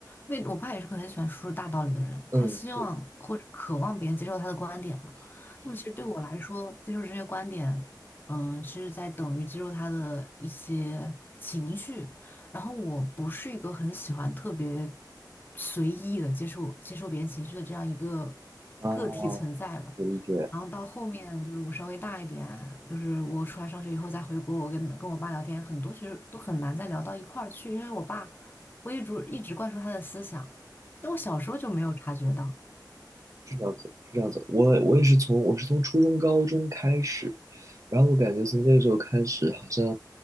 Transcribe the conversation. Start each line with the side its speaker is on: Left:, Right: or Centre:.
Left: 因为我爸也是个很喜欢说出大道理的人，
Right: 嗯，
Left: 他希望或者渴望别人接受他的观点嘛。
Right: 是。
Left: 那么其实对我来说，接受这些观点，嗯，是在等于接受他的一些情绪。然后我不是一个很喜欢特别随意的接受接受别人情绪的这样一个
Right: 啊，
Left: 个体存在吧。
Right: 我理解，
Left: 然后到后面就是我稍微大一点，就是我出来上学以后再回国，我跟跟我爸聊天，很多其实都很难再聊到一块儿去，因为我爸我一直一直灌输他的思想，但我小时候就没有察觉到。
Right: 是这样子，是这样子。我我也是从我是从初中、高中开始，然后我感觉从那个时候开始，好像，